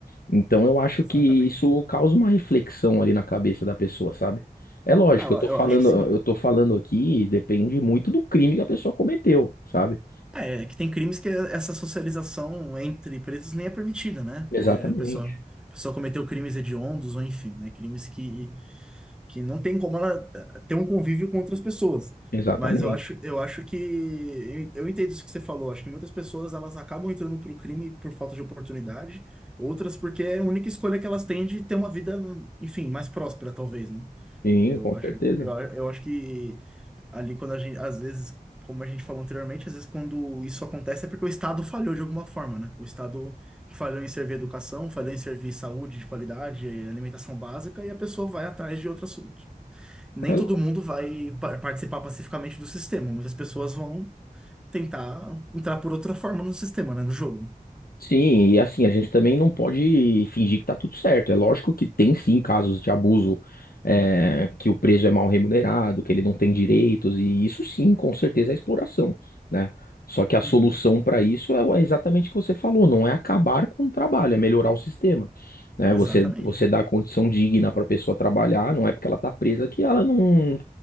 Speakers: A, on the left (about 75°); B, in the centre.
A: Então eu acho
B: exatamente.
A: que isso causa uma reflexão ali na cabeça da pessoa, sabe? É lógico,
B: Ah, eu,
A: eu tô
B: eu
A: falando,
B: acho que sim.
A: eu tô falando aqui, depende muito do crime que a pessoa cometeu, sabe?
B: É, é que tem crimes que essa socialização entre presos nem é permitida, né? Porque
A: Exatamente,
B: a pessoa, a pessoa cometeu crimes hediondos, ou enfim, né? Crimes que que não tem como ela eh, ter um convívio com outras pessoas.
A: exatamente.
B: Mas eu acho, eu acho que eu entendo isso que você falou. Acho que muitas pessoas elas acabam entrando para o crime por falta de oportunidade, outras porque é a única escolha que elas têm de ter uma vida, enfim, mais próspera, talvez, né?
A: Sim,
B: Eu
A: com
B: acho,
A: certeza.
B: eu, eu acho que ali quando a gente, às vezes, como a gente falou anteriormente, às vezes quando isso acontece é porque o Estado falhou de alguma forma, né? O Estado falhou em servir educação, falhou em servir saúde de qualidade, alimentação básica, e a pessoa vai atrás de outras. Nem
A: É
B: todo mundo vai pa- participar pacificamente do sistema, muitas pessoas vão tentar entrar por outra forma no sistema, né, no jogo. né?
A: Sim, e assim, a gente também não pode fingir que tá tudo certo. É lógico que tem sim casos de abuso, é, que o preso é mal remunerado, que ele não tem direitos, e isso sim, com certeza é exploração, né? Só que a solução
B: Uhum.
A: para isso é o- é exatamente o que você falou, não é acabar com o trabalho, é melhorar o sistema, né?
B: Exatamente.
A: Você, você dá condição digna para a pessoa trabalhar, não é porque ela tá presa que ela não,